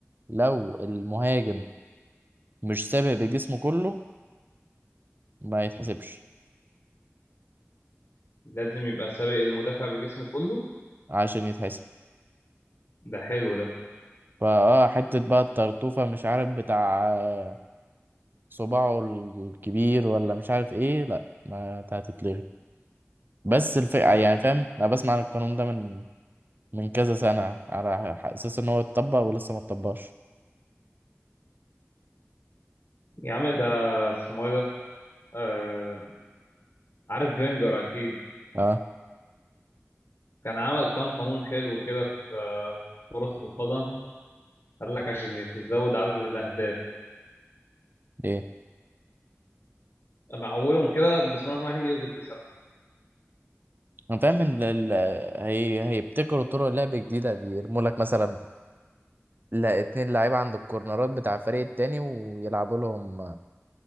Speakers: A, on the right (about 45°); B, on the left (about 60°).
A: لو المهاجم مش سابق بجسمه كله ما يتحسبش
B: لازم يبقى سابق المدافع بجسمه كله
A: عشان يتحسب
B: ده حلو ده,
A: فاه حتة بقى الطرطوفة مش عارف بتاع آه، صباعه الكبير ولا مش عارف ايه لا ما هتتلغي بس الفئة
B: ده.
A: يعني فاهم انا بسمع عن القانون ده من من كذا سنة على ح- أساس إن هو اتطبق ولسه ما اتطبقش
B: يا عم ده اسمه إيه ده آه... عارف فينجر أكيد
A: أه
B: كان عمل كام قانون حلو كده في آه، كرة القدم قال لك عشان يزود عدد الأهداف
A: إيه
B: مع اولهم كده بسم الله الرحمن الرحيم يلغي التسلل
A: أنا فاهم إن ال- ال- هي هيبتكروا طرق لعب جديدة دي يرموا لك مثلا لا اتنين لعيبة عند الكورنرات بتاع الفريق التاني ويلعبوا لهم